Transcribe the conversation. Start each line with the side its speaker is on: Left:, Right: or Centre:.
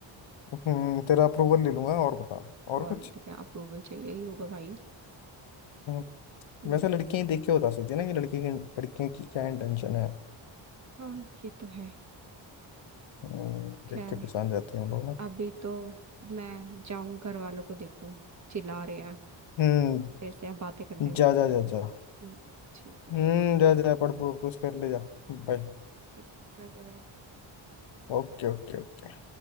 Left: हम्म तेरा अप्रूवल ले लूंगा और बता और
Right: और
Left: कुछ
Right: नहीं तो क्या अप्रूवल चाहिए ही होगा भाई
Left: हम्म,
Right: हम्म,
Left: वैसे लड़कियां ही देख के बता सकती है ना कि लड़के की लड़कियों की क्या इंटेंशन है
Right: हाँ ये तो है
Left: हम्म,
Right: खैर
Left: देख के पहचान जाते हैं हम लोग ना
Right: अभी तो मैं जाऊं घर वालों को देखूं चिल्ला रहे हैं
Left: हम्म
Right: तेरे से अब बातें करने में
Left: जा
Right: लग
Left: जा जा
Right: हम्म,
Left: जा
Right: ठीक है
Left: हम्म जा जा पढ़ पढ़ कुछ कर ले जा बाय
Right: ठीक है बाय बाय
Left: Okay okay okay